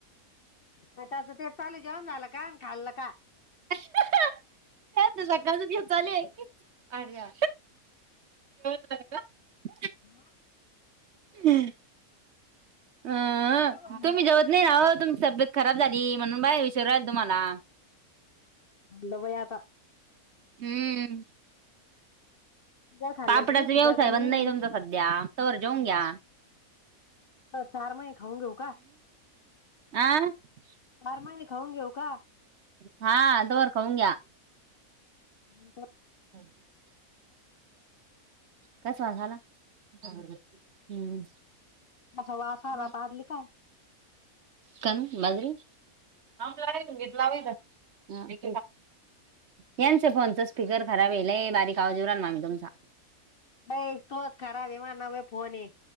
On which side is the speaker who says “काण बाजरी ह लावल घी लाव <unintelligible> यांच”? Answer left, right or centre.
Right